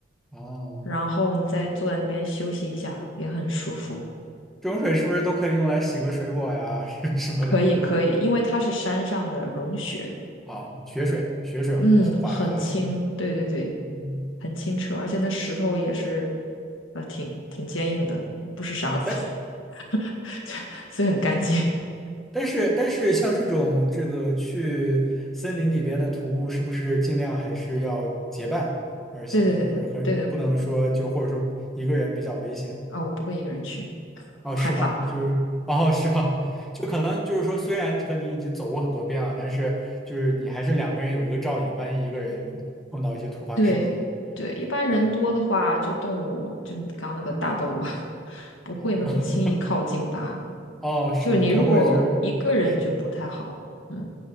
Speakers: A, in the centre; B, on the left.
A: 哦，
B: 然后你再坐在那边休息一下，也很舒服。
A: 这种水是不是都可以用来洗个水果呀 <laughs>，什么的？
B: 可以可以，因为它是山上的融雪，
A: 啊、雪水，雪水滑下来的。
B: 嗯，很清，对对对，
A: 嗯，
B: 很清澈，而且那石头也是，呃，挺挺坚硬的，不是沙子，
A: 对，但
B: <laughs> 所以很干净。<laughs>
A: 但是但是像这种这个去森林里边的徒步，是不是尽量还是要结伴而行？
B: 对对对对对，
A: 就是很不能说就或者说一个人比较危险。
B: 啊、我不会一个人去，
A: 哦，
B: 我害怕。
A: 是吗？就是，哦，是吗？<laughs> 就可能就是说，虽然和你已经走过很多遍了，但是就是你还是两个人有一个照应，万一一个人碰到一些突发事件，
B: 对对，一般人多的话，
A: 万一
B: 就动物，就你刚刚那个大动物，<laughs> 不会那么轻易靠近吧？
A: 啊，<laughs> 哦，是的，
B: 就是你如果一个人就不太好，
A: 他会就是，对，是的，
B: 嗯，